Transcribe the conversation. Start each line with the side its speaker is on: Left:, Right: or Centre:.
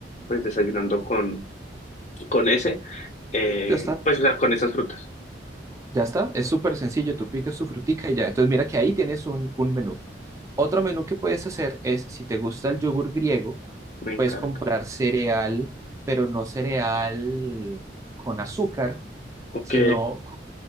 Left: pues, desayunando con, con ese, eh,
Right: Ya está.
Left: pues, o sea, con esas frutas.
Right: Ya está. Es súper sencillo. Tú picas tu frutica y ya. Entonces mira que ahí tienes un, un menú. Otro menú que puedes hacer es, si te gusta el yogur griego,
Left: Me encanta.
Right: puedes comprar cereal, pero no cereal con azúcar,
Left: Ok,
Right: sino co-